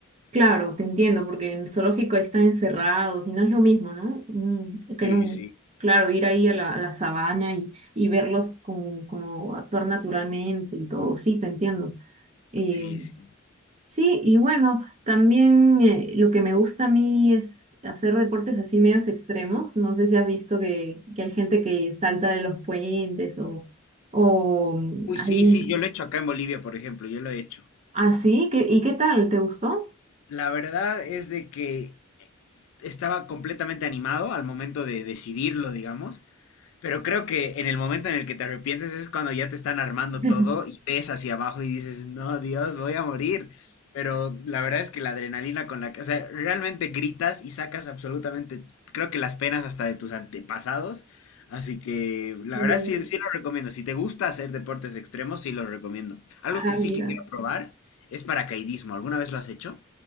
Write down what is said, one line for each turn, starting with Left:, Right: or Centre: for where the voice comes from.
Right: Claro, te entiendo, porque en el zoológico ahí están encerrados y no es lo mismo, ¿no? Mm, que
Left: Sí,
Right: en un-
Left: sí,
Right: claro, ir ahí a la, a la sabana y, y verlos como, como actuar naturalmente y todo. Sí, te entiendo. Em,
Left: sí, sí.
Right: Sí, y bueno, también eh, lo que me gusta a mí es hacer deportes así medios extremos. No sé si has visto que, que hay gente que salta de los puentes o, o mm,
Left: Uy,
Right: hay-
Left: sí, sí, yo lo he hecho acá en Bolivia, por ejemplo, yo lo he hecho.
Right: así. ¿Qué- ¿Y qué tal? ¿Te gustó?
Left: La verdad es de que eh, estaba completamente animado al momento de decidirlo, digamos. Pero creo que en el momento en el que te arrepientes es cuando ya te están armando
Right: <laughs>
Left: todo y ves hacia abajo y dices, no, Dios, voy a morir. Pero la verdad es que la adrenalina con la que, o sea, realmente gritas y sacas absolutamente, creo que las penas hasta de tus antepasados. Así que la
Right: Yo,
Left: verdad sí, sí lo recomiendo. Si te gusta hacer deportes extremos, sí los recomiendo. Algo
Right: ah,
Left: que sí
Right: mira.
Left: quisiera probar es paracaidismo. ¿Alguna vez lo has hecho?